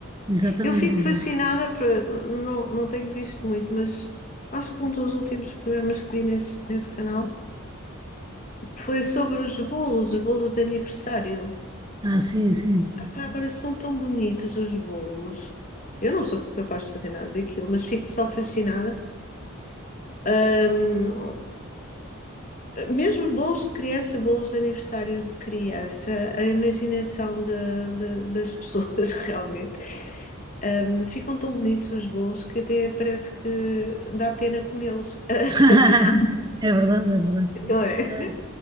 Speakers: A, on the right (about 20°); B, on the left (about 35°).
A: Exatamente,
B: Eu fico
A: exato.
B: fascinada, por- não, não tenho visto muito, mas acho que um dos últimos programas que vi nesse, nesse canal foi sobre os bolos, os bolos de aniversário.
A: Ah, sim, sim.
B: Ah, agora são tão bonitos os bolos. Eu não sou capaz de fazer nada daquilo, mas fico só fascinada. Ahm, mesmo bolos de criança, bolos de aniversário de criança, a imaginação da- da- das pessoas <laughs> realmente. Ahm, ficam tão bonitos os bolos que até parece que dá pena comê-los. <laughs>
A: <laughs> É verdade, é verdade.
B: Não é?
A: É.